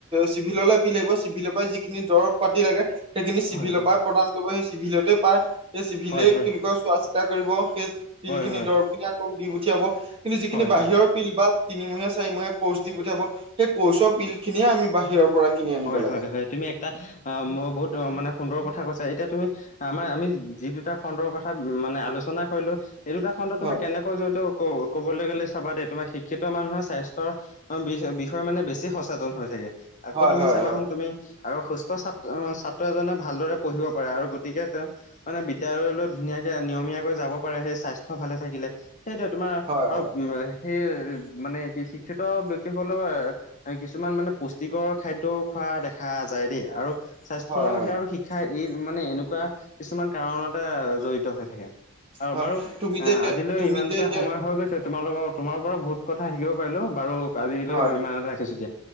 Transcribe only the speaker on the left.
হয় হয়
হয় হয়
হয়
হয়
হয় হয়
হয়,
হয়, হয় তুমি এটা অ' বহুত মানে সুন্দৰ কথা কৈছা, এতিয়া তুমি। আমাৰ আমি যি দুটা খণ্ডৰ কথা মানে আলোচনা কৰিলো, সেই দুটা খণ্ড
তোমাৰ কেনে। <inaudible> ক'বলৈ গ'লে, চাবা দেই তোমাৰ শিক্ষিত মানুহে স্বাস্থ্যৰ। অ' বি-বিষয় মানে বেছি সচেতন হৈ থাকে, আকৌ
তুমি
চাবা
চন, তুমি। আৰু সুস্থ চা ছাত্ৰ এজনে ভালদৰে পঢ়িব পাৰে আৰু গতিকে তে। মানে বিদ্যালয়লৈ ধুনীয়াকে নিয়মীয়াকৈ যাব পাৰে সেই স্বাস্থ্য ভালে থাকিলে। সেইটো তোমাৰ
আৰু
উম নাই সেই মানে কি শিক্ষিত ব্যক্তিসকলৰ কিছুমান মানে পুষ্টিকৰ খাদ্যও খোৱা দেখা যায় দেই, আৰু স্বাস্থ্যৰ
সেয়া আৰু শি শিক্ষাৰ ই মানে এনেকুৱা কিছুমান কাৰণতে অহ' জড়িত হৈ থাকে। আৰু
বাৰু
এ
আজিলৈ
ইমানতেটা
সময় হৈ গৈছে তোমালোকৰ, তোমাৰ পৰা বহুত কথা শিকিব পাৰিলোঁ বাৰু আজিলৈ
ইমানতে ৰাখিছোঁ দিয়া।